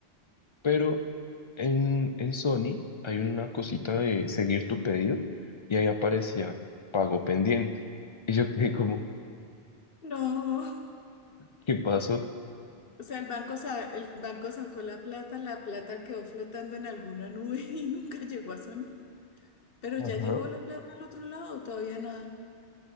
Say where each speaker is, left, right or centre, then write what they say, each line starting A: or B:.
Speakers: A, on the left (about 40°); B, on the left (about 55°).
A: Pero en, en Sony hay una cosita de seguir tu pedido y ahí aparecía pago pendiente. <laughs> Y yo quedé como,
B: No,
A: ¿qué pasó?
B: o sea, el banco, sa- el banco sacó la plata, la plata quedó flotando en alguna nube <laughs> y nunca llegó a Sony, pero
A: Ajá.
B: ya llegó la plata al otro lado, todavía nada.